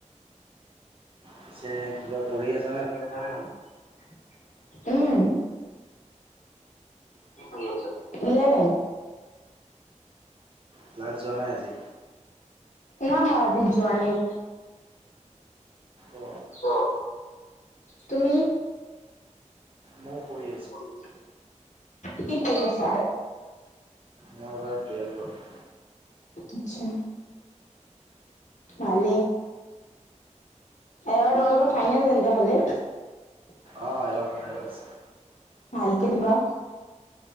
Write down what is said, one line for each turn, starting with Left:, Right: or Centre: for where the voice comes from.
Right: পিছে কিবা পঢ়ি আছ
Left: পঢ়ি আছা হয় নে নহয়? উম। কি পঢ়ি আছা? ইলেভেন।
Right: ক্লাছ যোৱা নাই আজি
Left: না মই আজি যোৱা নাই।
Right: অ
Left: চ, তুমি?
Right: ময়ো পঢ়ি
Left: পঢ়ি আছোঁ, কি পঢ়ি আছা?
Right: মই এইবাৰ টুৱেলভত।
Left: আচ্ছা ভালেই। এই তোমালোকৰ ফাইনেল তেন্তে হ'লে। <unintelligible>
Right: অ এইবাৰ ফাইনেল আছে
Left: ভালকে দিবা।